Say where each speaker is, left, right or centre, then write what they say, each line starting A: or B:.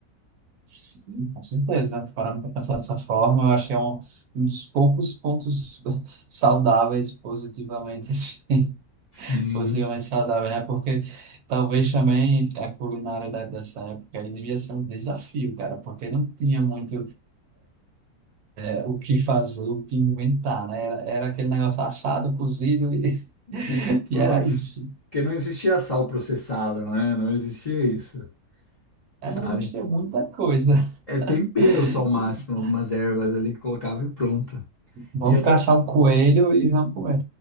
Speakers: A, on the right; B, on the left.
A: Sim, com certeza. Parando para pensar dessa forma, eu acho que é um, um dos poucos pontos <laughs> saudáveis, positivamente, assim, <laughs>
B: Sim.
A: positivamente saudável, né? Porque talvez também a culinária da- dessa época aí devia ser um desafio, cara, porque não tinha muito eh, o que fazer, o que inventar, né? Era, era aquele negócio assado, cozido e, <laughs>
B: E pronto,
A: e era isso.
B: porque não existia sal processado, não é? Não existia isso,
A: É,
B: sabe?
A: não existia muita coisa.
B: É tempero
A: <laughs>
B: só o máximo, algumas ervas ali que colocava e pronto.
A: Vamos
B: E outra,
A: caçar o coelho e vamos comer.